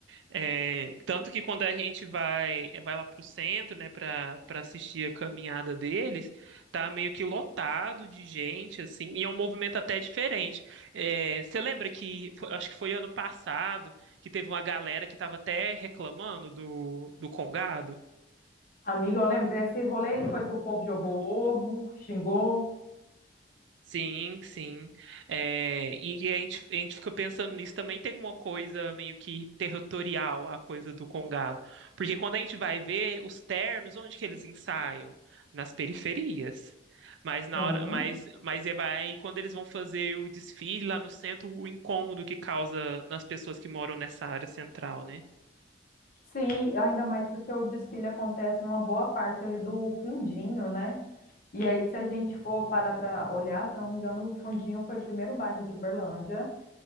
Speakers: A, on the right (about 85°); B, on the left (about 50°).
A: É, tanto que quando a gente vai vai lá pro centro, né, para para assistir a caminhada deles, tá meio que lotado de gente assim, e é um movimento até diferente. É, você lembra que foi- acho que foi ano passado que teve uma galera que estava até reclamando do do Congado?
B: Amiga, eu lembro, esse rolê foi que o povo jogou ovo, xingou.
A: Sim, sim. É, e, e a gente, a gente fica pensando nisso também, tem uma coisa meio que territorial, a coisa do Congado. Porque quando a gente vai ver os ternos, onde que eles ensaiam? Nas periferias. Mas na
B: Sim.
A: hora, mas, mas e vai, quando eles vão fazer o desfile lá no centro, o incômodo que causa nas pessoas que moram nessa área central, né?
B: Sim, ainda mais porque o desfile acontece numa boa parte ali do fundinho, né? E aí, se a gente for parar para olhar, se não me engano, o Fundinho foi o primeiro bairro de Uberlândia.